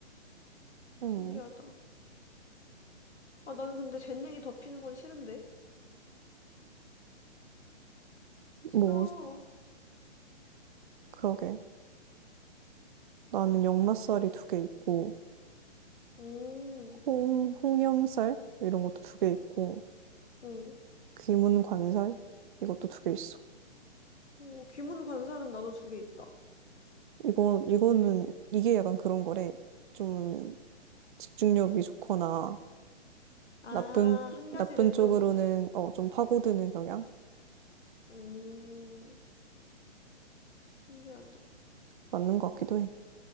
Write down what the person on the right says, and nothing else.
음,
뭐, 그러게. 나는 역마살이 두 개 있고,
홍, 홍염살 이런 것도 두 개 있고
귀문관살 이것도 두 개 있어.
이거 이거는 이게 약간 그런 거래. 좀 집중력이 좋거나
나쁜
나쁜
쪽으로는 어, 좀 파고드는 경향
맞는 것 같기도 해.